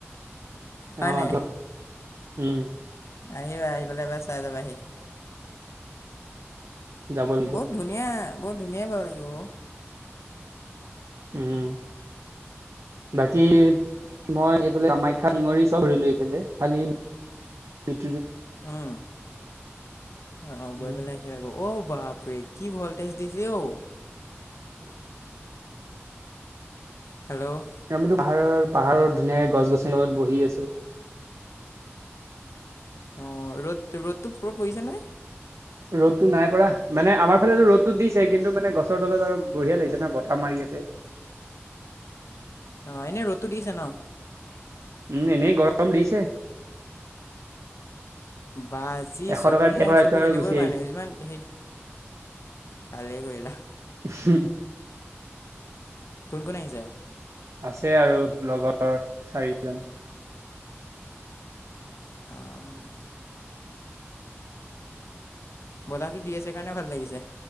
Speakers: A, on the left (about 80°); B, on the right (about 85°).
A: হয়
B: অহ'
A: নাই?
B: দিয়ক উম'-
A: আহিবা আহি পেলাই এবাৰ চাই যাবাহি।
B: যাব লাগিব
A: বহুত ধুনীয়া বহুত ধুনীয়া বাও লাগিব।
B: উম' বাকী মই এইফালে কামাখ্যা, শিঙৰি চব ঘুৰিলো এইফালে, খালি পিত
A: উম' অহ' গৈ
B: উম
A: পেলাই আহিবা, অঔ বাপৰে কি ভল্টেজ দিছে অঔ।
B: কি
A: হেল্ল'
B: আমিতো পাহাৰ পাহাৰৰ ধুনীয়াকে গছ-গছিৰ লগত বহি আছো।
A: অ ৰ'দ ৰ'দটো প পৰিছে নে?
B: ৰ'দতটো নাই পৰা, মানে আমাৰ ফালে ৰ'দতটো দিছে কিন্তু মানে গছৰ তলত আৰু বঢ়িয়া লাগিছে না বতাহ মাৰি আছে।
A: অ এনেই ৰ'দতো দিছে ন?
B: উম' এনেই গৰম দিছে।
A: বা যি
B: এশ
A: চকু
B: টকাৰ তেল
A: মোৰ
B: ভৰাইছো
A: চকু
B: আৰু
A: মেলিবই
B: গুচি আহিছো।
A: পৰা নাই যিমান হেৰি ভালে কৰিলা।
B: উম'
A: কোন কোন আহিছে?
B: আছে আৰু লগৰ চাৰিজন।
A: অ' বতাহতো দি আছে কাৰণে ভাল লাগিছে।